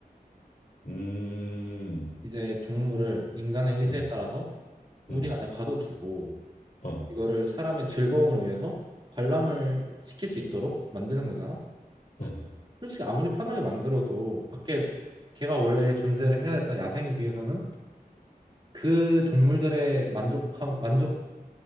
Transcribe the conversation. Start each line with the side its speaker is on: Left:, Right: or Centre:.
Left: 음,
Right: 이제 동물을 인간의 의지에
Left: 음,
Right: 따라서 우리
Left: 음,
Right: 안에 가둬두고
Left: 어,
Right: 이거를 사람의 즐거움을 위해서 관람을 시킬 수 있도록 만드는 거잖아.
Left: 응,
Right: 솔직히 아무리 편하게 만들어도 밖에 걔가 원래 존재를 해야 했던 야생에 비해서는 그 동물들의 만족함, 만족감은